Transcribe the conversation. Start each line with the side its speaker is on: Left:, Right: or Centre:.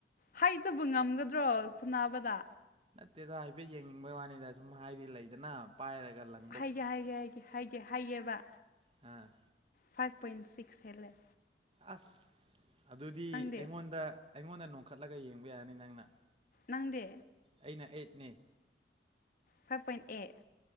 Left: ꯍꯥꯏ꯭ꯠꯇꯕꯨ ꯉꯝꯒꯥꯗ꯭ꯔꯣ ꯐꯨꯅꯥꯕꯗꯥ
Right: ꯅꯠꯇꯦꯗ ꯍꯥꯏꯐꯦꯠ ꯌꯦꯡꯅꯤꯡꯕꯩ ꯋꯥꯅꯤꯗ ꯁꯨꯝ ꯍꯥꯏꯗꯤ ꯂꯩꯗꯅ ꯄꯥꯏꯔꯒ ꯂꯪ
Left: ꯍꯥꯏꯒꯦ ꯍꯥꯏꯒꯦ ꯍꯥꯏꯒꯦ ꯍꯥꯏꯒꯦ ꯍꯥꯏꯌꯦꯕ
Right: ꯍꯥ
Left: ꯐꯥꯏ꯭ꯚ ꯄꯣꯏꯟ ꯁꯤꯛꯁ ꯍꯦꯜꯂꯦ
Right: ꯑꯁ ꯑꯗꯨꯗꯤ
Left: ꯅꯪꯗꯤ
Right: ꯑꯩꯉꯣꯟꯗ ꯑꯩꯉꯣꯟꯗ ꯅꯣꯡꯈꯠꯂꯒ ꯌꯦꯡꯕ ꯌꯥꯅꯤ ꯅꯪꯅ
Left: ꯅꯪꯗꯤ
Right: ꯑꯩꯅ ꯑꯩꯠꯅꯦ
Left: ꯐꯥꯏ꯭ꯚ ꯄꯣꯏꯟ ꯑꯩꯠ